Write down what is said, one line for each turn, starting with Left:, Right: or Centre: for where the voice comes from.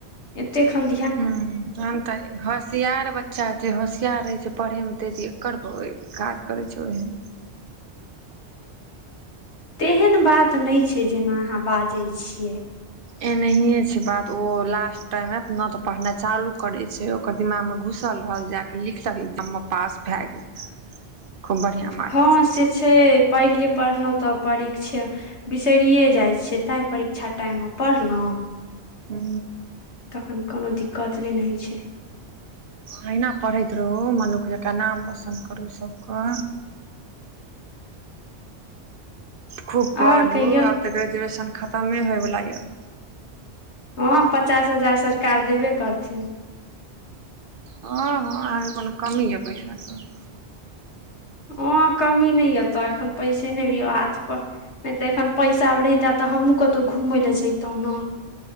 Left: एते खन
Right: हँ हम त हस होशियार बच्चा हेतै होशियार रहै छैय पढ़यमे तेजीकर काज करै छैय ओहन।
Left: तेहन बात नय छैय जेना अहाँ बाजेय छी।
Right: एनाहिए छैय बात ओ लास्ट टाइममे अपने तऽ पढ़नाइ चालू करय छैय। ओकर दिमागमे घुसल रहल जाय के लिखलक एग्जाममे पास भय गेल। खूब बढ़ियां मार्क
Left: हँ
Right: सँ
Left: से छैय पहिले पढ़लहुँ त परीक्षे बिसरिए जाइ छियै तै परीक्षा टाइममे पढ़लहुँ।
Right: हू।
Left: तखन कोनो दिक्कत नहि ने होइ छैय।
Right: अहिना पढ़ैत रहू मनुख जका नाम रोशन करू सबके। खूब पढ़ू
Left: आओर कहियौ
Right: आब तऽ ग्रेजुएशन खतमे होयवला य।
Left: हँ पचास हजार सरकार देबे करथिन।
Right: हँ- हँ अहाँके कोनो कमी यऽ पैसाके।
Left: ओ कमी नहि य तऽ एखन पैसे नहि य हाथ पर नहि त एखन पैसा रहिता त हमहूँ कतहु घूमय लए जैतो न।